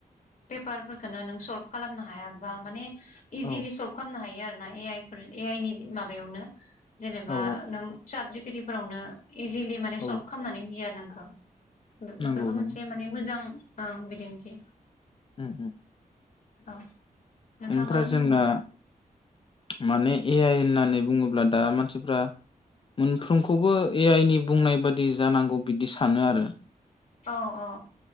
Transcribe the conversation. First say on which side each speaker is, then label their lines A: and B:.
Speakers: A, on the left (about 55°); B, on the left (about 35°).
A: पेपारफोरखो नों सल्भ खालामनो हायाबा माने इजिलि
B: औ
A: सल्भ खालामनो हायो आरो ना ए आइफोर ए आइनि माबायावनो बा
B: औ
A: नों चाट जि पि टि फोरावनो इजिलि माने
B: औ
A: सल्भ खालामनानै होयो आरो। औ बेफोरबो
B: नंगौ नंगौ
A: मोनसे माने मोजां ओ बिदिन्थि।
B: उम उम
A: औ नोंथाङा
B: ओमफ्राय
A: मा बुंदोंमोन
B: जोंना माने ए आइ होननानै बुङोब्ला दा मानसिफ्रा मोनफ्रोमखौबो ए आइ नि बुंनाय बादि जानांगौ बिदि सानो आरो।
A: औ औ।